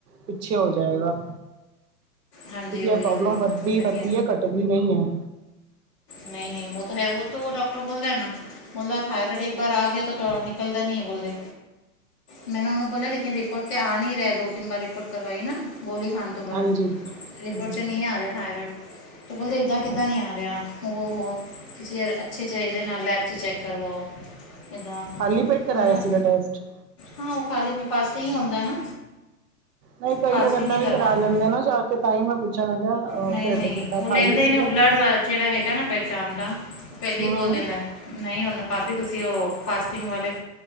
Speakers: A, on the right (about 80°); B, on the left (about 20°).
A: ਪਿੱਛੇ ਹੋ ਜਾਏਗਾ
B: ਹਾਂਜੀ
A: ਕਿਉਂਕਿ
B: ਉਹੀ
A: ਇਹ ਪ੍ਰੋਬਲਮ
B: ਉਹੀ
A: ਵੱਧਦੀ
B: ਸਹੀ
A: ਵੱਧਦੀ ਹੈ ਘੱਟਦੀ ਨਹੀਂ ਹੈ।
B: ਨਹੀਂ ਨਹੀਂ ਉਹ ਤਾਂ ਹੈ ਉਹ ਤੋਂ ਡਾਕਟਰ ਬੋਲਦਾ ਹੈ ਨਾ ਬੋਲਾ ਥਾਇਰੋਇਡ ਇੱਕ ਬਾਰ ਆ ਗਿਆ <unintelligible> ਨਿਕਲਦਾ ਨਹੀਂ ਹੈ ਬੋਲਦੇ ਮੈਨੂੰ ਉਹਨਾਂ ਬੋਲ ਲੇਕਿਨ ਰਿਪੋਰਟ ਤੇ ਆ ਨ ਰਿਹਾ ਦੋ ਤਿੰਨ ਵਾਰ ਰਿਪੋਰਟ ਕਰਵਾਈ ਨਾ ਗੋਲੀ ਖਾ ਤੋਂ ਬਾਅਦ
A: ਹਾਂਜੀ
B: ਰਿਪੋਰਟ
A: ਹਾਂਜੀ
B: 'ਚ ਨਹੀਂ ਆ ਰਿਹਾ ਥਾਇਰੋਇਡ ਤ ਬੋਲਦੇ ਇੱਦਾਂ ਕਿੱਦਾਂ
A: ਅ-
B: ਨਹੀਂ ਆ ਰਿਹਾ ਉਹ ਹੁਣ ਤੁਸੀਂ ਅੱਛੇ ਚਾਹੀਦਾ ਨਾਲ ਅੱਛੇ 'ਚ ਚੈੱਕ ਕਰਵਾਓ ਇੱਦਾਂ
A: ਖਾਲੀ ਪੇਟ ਕਰਵਾਇਆ
B: ਮੈਂ ਨਾ
A: ਸੀਗਾ ਟੈਸਟ
B: ਹਾਂ ਉਹ ਖਾਲੀੇ ਫਾਸਟ ਹੀ ਆਉਂਦਾ ਹੈ ਨਾ
A: ਨਹੀਂ ਕਈ
B: ਫਾਸਟਿੰਗ
A: ਲੋਕ ਏਦਾਂ
B: ਹੀ
A: ਵੀ ਕਰਾ
B: ਕਰਵਾਉਂਦੇ
A: ਲੈਂਦੇ ਨਾ ਜਾ ਕੇ ਤਾਂ ਹੀ ਮੈਂ ਮੈਂ ਕਿਹਾ ਅ,
B: ਨਹੀਂ
A: ਢਿੱਡ
B: ਨਹੀਂ
A: ਕਿੱਦਾਂ
B: ਉਹ
A: ਖਾਲੀ
B: ਲੈਂਦੇ
A: ਸੀਗਾ
B: ਨਹੀਂ ਉਹ ਬਲੱਡ
A: ਕਿ
B: ਜਿਹੜਾ ਹੈਗਾ ਨਾ ਪਚਾਣ ਦਾ ਉਹ ਪਹਿਲੇ
A: ਹੂੰ
B: ਹੀ ਬੋਲ ਦਿੰਦਾ ਨਹੀਂ ਹੁਣ ਭਾਬੀ ਤੁਸੀਂ ਉਹ ਫਾਸਟਿੰਗ ਵਾਲੇ